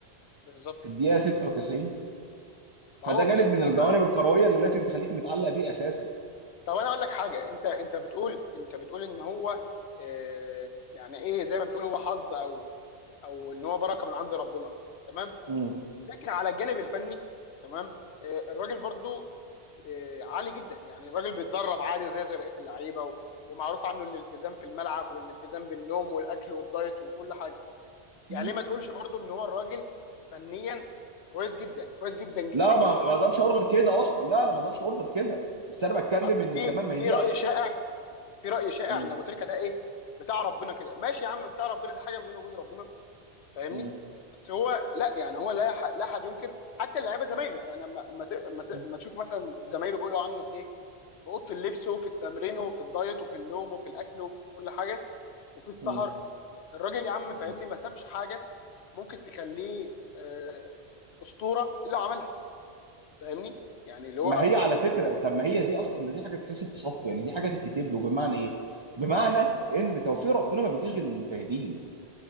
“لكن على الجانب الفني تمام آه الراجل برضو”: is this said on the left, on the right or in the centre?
Left